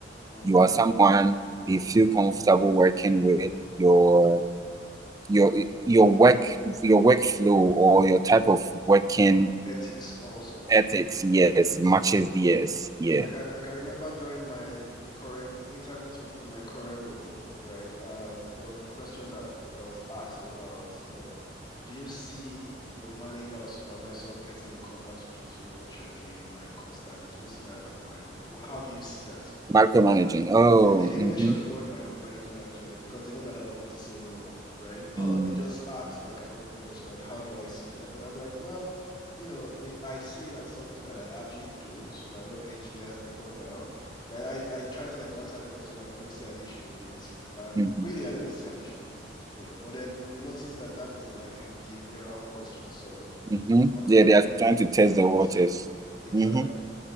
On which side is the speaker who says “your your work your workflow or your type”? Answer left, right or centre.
Right